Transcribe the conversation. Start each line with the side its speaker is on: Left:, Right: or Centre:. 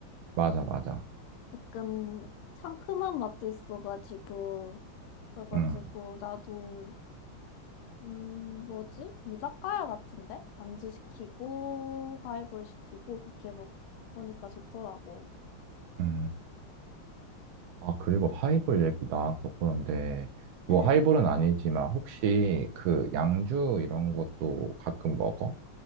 Right: 맞아, 맞아.
Left: 약간 상큼한 맛도 있어가지고. 그래가지고
Right: 응,
Left: 나도 음, 뭐지? 이자카야 같은데? 안주 시키고, 하이볼 시키고, 그렇게 먹보니까 좋더라고.
Right: 음. 아, 그리고 하이볼 얘기 나와서 그런데, 뭐
Left: 응.
Right: 하이볼은 아니지만 혹시 그 양주 이런 것도 가끔 먹어?